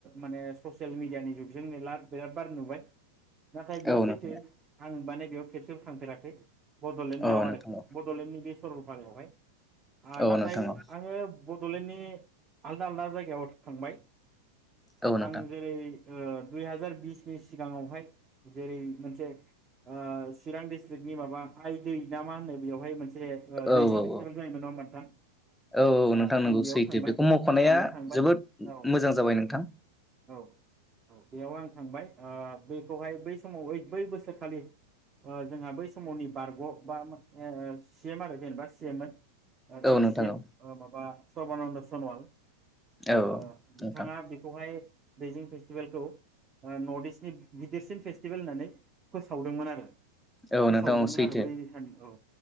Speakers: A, on the right; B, in the centre.
A: माने ससियेल मिडियानि जुगजों मेरला बिराद बार नुबाय नाथाय बेयो
B: औ
A: सैथो
B: नोंथां
A: आं माने बेयाव खेबसेबो थांफेराखै बड'लेण्डाव
B: औ
A: आरोखि
B: नोंथां औ
A: बड'लेण्डनि बे सरलपारायावहाय आ
B: औ
A: नाथाय
B: नोंथां औ
A: आङो बड'लेण्डनि आलदा आलदा जायगायाव थांबाय
B: औ नोंथां
A: आं जेरै- ओ दुइ हाजार बिसनि सिगाङावहाय जेरै मोनसे ओ चिरां डिस्ट्रिकनि माबा आइ दै ना मा होनो बेवहाय मोनसे मोनसे
B: औ
A: दैजिं
B: औ
A: फेस्टिबेल
B: औ
A: जायोमोन नङा होनबा नोंथां
B: औ औ
A: ओ
B: नोंथां नंगौ
A: आं बेयाव
B: सैथो
A: थांबाय
B: बेखौ मख'नाया
A: आं बेयाव थांबाय
B: जोबोद
A: औ
B: मोजां जाबाय नोंथां
A: औ औ बेयाव आं थांबाय बखौहाय बै समाव बै बोसोरखालि जोंहा बै समावनि बारग' बा सि एम आरो जेनेबा सि एम मोन
B: औ
A: एक्स
B: नोंथां
A: सि इ एम
B: औ
A: ओ माबा सर्बानन्द' सन'वाल
B: औ औ
A: ओ बिथाङा
B: नोंथां
A: बेखौहाय दैजिं फेस्टिभेलखौ नर्थ इस्टनि गिदिरसिन फेस्टिभेल होननानै फोसावदोंमोन आरो
B: औ
A: फोसावदोंमोन
B: नोंथां औ सैथो
A: आरो बै सान औ